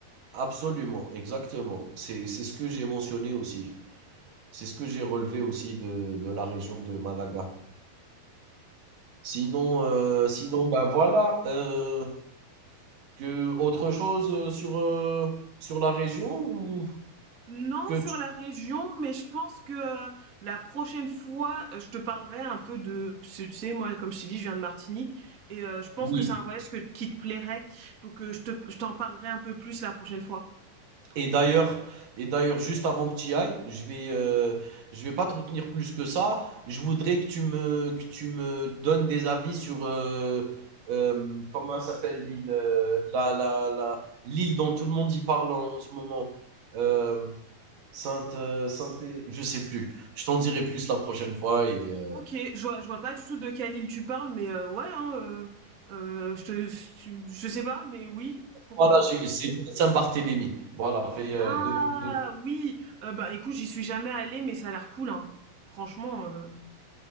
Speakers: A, on the right; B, on the right.
A: absolument, exactement. C'est c'est ce que j'ai mentionné aussi. C'est ce que j'ai relevé aussi de, de la région de Malaga. Sinon, euh, sinon ben voilà. euh, que autre chose sur, euh, sur la région ou
B: Non,
A: que
B: sur
A: tu-
B: la région, mais je pense que euh, la prochaine fois, euh, je te parlerai un peu de, tu sais, moi, comme je t'ai dit, je viens de Martinique, et euh, je pense
A: Oui.
B: que c'est un voyage que, qui te plairait, donc euh, je te, je t'en parlerai un peu plus la prochaine fois.
A: Et d'ailleurs, et d'ailleurs, juste avant que tu y ailles, je vais, euh, je vais pas te retenir plus que ça. Je voudrais que tu me, que tu me donnes des avis sur euh, euh, comment s'appelle l'île, euh, la, la, la- l'île dont tout le monde y parle en, en ce moment. Euh, Sainte, euh, Sainte, je sais plus. Je t'en dirai plus la prochaine fois. Et euh,
B: Ok, je vois, je vois pas du tout de quelle île tu parles, mais euh, ouais, hein, euh, euh, je te, tu- je sais pas, mais oui, pourquoi
A: voilà,
B: pas.
A: j'ai- c'est Saint-Barthélemy. Voilà, fait euh,
B: Ah
A: deux- deux-
B: oui, euh, bah écoute, j'y suis jamais allée, mais ça a l'air cool, hein. Franchement. euh,